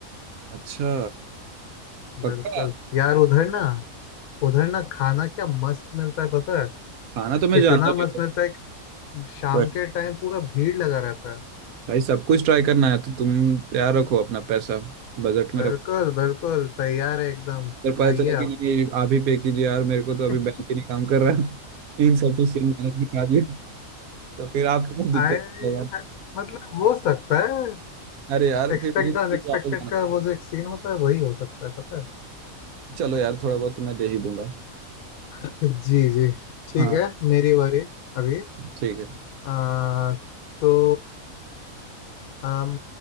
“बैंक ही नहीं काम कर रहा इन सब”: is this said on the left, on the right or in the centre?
Right